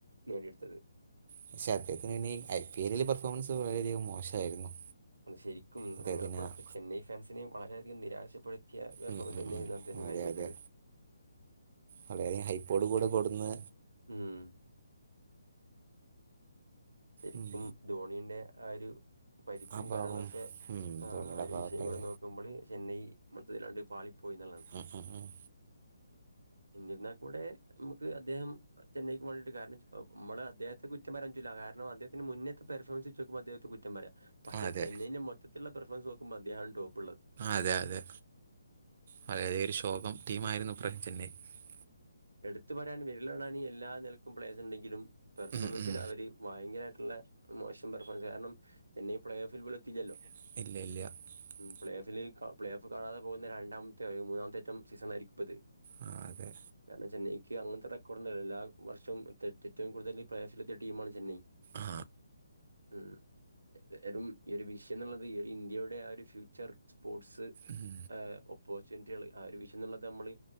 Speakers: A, on the right; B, on the right.
A: നേടിയെടുത്തത്
B: പക്ഷെ അദ്ദേഹത്തിന് ഐ പി എല്ലില് പെർഫോമൻസ് വളരെയധികം മോശമായിരുന്നു
A: അത് ശരിക്കും
B: അദ്ദേഹത്തിന്
A: ഞങ്ങളെപ്പോഴത്തെ
B: ആ-
A: ചെന്നൈ ഫാൻസിനെയും വളരെയധികം നിരാശപ്പെടുത്തിയ പെർഫോമൻസ്
B: ഉം ഉം
A: എന്നെയിരുന്നു
B: ഉം
A: അദ്ദേഹം ങ്ങായി
B: അതെ
A: ച്ചോയ്‌ച്ചത്
B: അതെ വളരെയധികം ഹൈപ്പോഡ് കൂടെ കൊട്ന്ന്
A: ഉം ശരിക്കും
B: ഉം
A: ധോണിന്റെ ആ ഒരു പരിക്കും
B: ആ പാവം
A: കാര്യങ്ങളൊക്കെ
B: ഉം
A: ആ്
B: ധോണിയുടെ
A: ഒരു
B: പാവക്കായ
A: വിഷയം കൂടെ നോക്കുമ്പൾ ചെന്നൈ മൊത്തയ്‌ല് അട്ട് പാളി പോയി ന്ന് ല്ലത്
B: ഉം ഉം ഉം
A: എന്നിരുന്നാൽ കൂടെ നമുക്ക് അദ്ദേഹം ചെന്നൈക്ക് വേണ്ടിട്ട് കാരണം നമ്മള് അദ്ദേഹത്തെ കുറ്റം പറയാറ്റൂല കാര അദ്ദേഹത്തിന് മുന്നേ പെഫോമൻസ് വെച്ച നോക്കുമ്പോൾ അദ്ദേഹത്തെ കുറ്റം പറയാ പക്ഷെ
B: അതെ
A: ചെന്നൈൻന്റെ മൊത് റ്റ് ഉള്ള പ്രഫ്രൻസ് നോക്കുമ്പോ അദ്ദേഹാണ് ടോപ്
B: അതെ അതെ വളരെ ഒരു ശോകം ടീ ആയിരുന്നു <unintelligible>
A: എടുത്തു പറയാൻ വിരിലണാൻ എല്ലാ നിലക്കും പ്ലേസ് ണ്ടെങ്കിലും പെർഫോമൻസിൽ
B: ഉം ഉം
A: അവര് ഭയങ്കരമായിട്ട് ള്ളെ മോശം പെർഫോൻസ് കാരണംന്നെ ഈ പ്ലേ ഓഫിൽ പോല എത്തില്ലോ
B: <inaudible>
A: പ്ലേ ഓഫില് പ്ലേ ഓഫ് കാണാതെ പോകുന്ന രണ്ടമത്തെ ഒരു മൂന്നാമത്തെ റ്റം സീസൺ ആരിക്കും ഇപ്പ ഇത്
B: ആ അതെ
A: താണ് ചെന്നൈ ക്ക്‌ അങ്ങൻത്തെ റെക്കോർഡ ണ്ടല്ല എല്ലാ വർഷവും ഏറ്റവും കൂടുതൽ പ്ലേഫില എത്തിയ ടീമാണ് ചെന്നൈ
B: ആ
A: ഉം വറും ഈ ഒരു വിഷയം എന്നുള്ളത് ഈ ഒരു ഇന്ത്യയുടെ ആ ഒരു ഫ്യൂച്ചർ സ്പോർട്സ്
B: ഉം.
A: ഹ ഓപ്പോർച്യൂണിറ്റികൾ ആ ഒരു വിഷയം എന്നുള്ള നമ്മള്